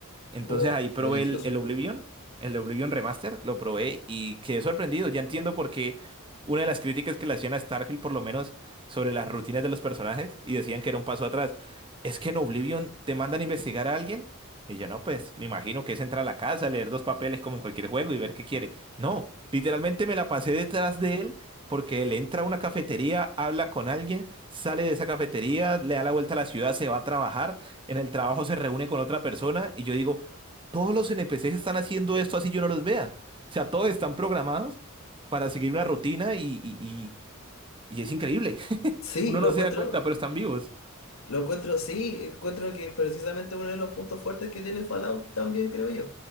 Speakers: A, on the right; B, on the left.
A: Entonces
B: Oh,
A: ahí probé
B: qué delicioso.
A: el, el Oblivion, el Oblivion Remaster, lo probé y quedé sorprendido. Ya entiendo por qué una de las críticas que le hacían a Starfield, por lo menos sobre las rutinas de los personajes, y decían que era un paso atrás. Es que en Oblivion te mandan a investigar a alguien. Y yo, no, pues me imagino que es entrar a la casa, leer dos papeles como en cualquier juego y ver qué quiere. No, literalmente me la pasé detrás de él porque él entra a una cafetería, habla con alguien, sale de esa cafetería, le da la vuelta a la ciudad, se va a trabajar en el trabajo se reúne con otra persona y yo digo, todos los NPCs están haciendo esto así yo no los vea. O sea, todos están programados para seguir una rutina y, y- y- y es increíble. <laughs>
B: Sí,
A: Uno
B: lo
A: no
B: encuentro.
A: se da cuenta, pero están vivos.
B: Lo encuentro, sí, encuentro que precisamente uno de los puntos fuertes que tiene Fallout también creo yo.